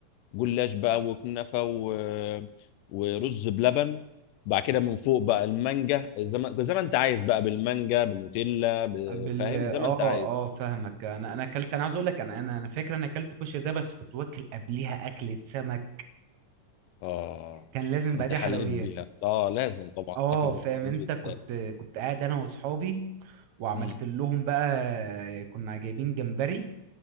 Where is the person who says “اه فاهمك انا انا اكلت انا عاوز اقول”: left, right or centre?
Right